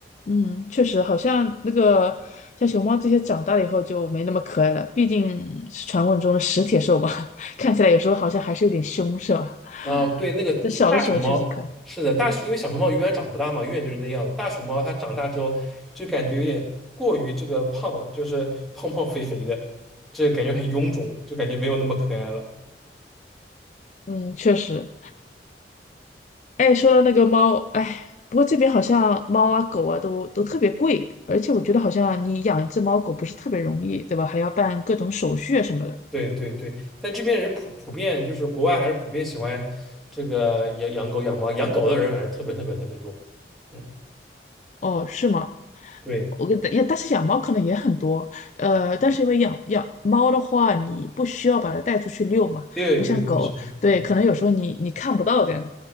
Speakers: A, on the left; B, in the centre.
A: 嗯，确实好像那个像熊猫这些长大了以后就没那么可爱了，毕竟是传闻中的食铁兽嘛，<laughs> 看起来有时候好像还是有点凶，是吧？
B: 啊、对，那个大熊猫是的，
A: 在小的时候确实可爱。
B: 大熊因为小熊猫永远长不大嘛，永远就是那样。大熊猫它长大之后就感觉有点过于这个胖了，就是胖胖肥肥的，这个感觉很臃肿，就感觉没有那么可爱了。
A: 嗯，确实。哎，说到那个猫，哎，不过这边好像猫啊、狗啊都都特别贵，而且我觉得好像你养一只猫狗不是特别容易，对吧？还要办各种手续啊什么的。
B: 对对对，但这边人普普遍就是国外还是普遍喜欢这个养养狗养猫，养狗的人还是特别特别特别多。嗯，
A: 哦，是吗？
B: 对
A: 我跟也，但是养猫可能也很多，呃，但是因为养养猫的话，你不需要把它带出去遛嘛，
B: 对对对，
A: 不像狗，
B: 是的，
A: 对，
B: 嗯
A: 可能有时候你你看不到这样子。